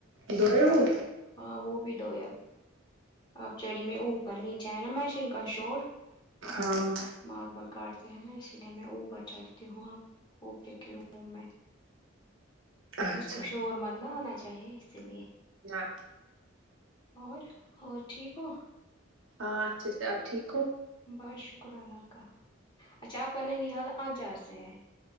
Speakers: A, on the right; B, on the left.
A: دھوئے
B: کیا
A: وہ
B: کر ہاں وہ بھی دھویا آپ چڑھی میں او پر نیچے ہے نا مشین کا شور
A: ہاں
B: ماربل کاٹ یہ ہے نا اسی لیے میں اوپر چڑھتی ہوں اب اوپر ہی کے روم روم میں
A: اچھا
B: اس کو شور مت نہ آنا چاہیے اسی لیے
A: نہ
B: اور اور ٹھیک ہو
A: ہاں اچھے سے آپ ٹھیک ہو
B: بس شکر اللہ کا اچھا آپ کا ننہال آچہار سے ہے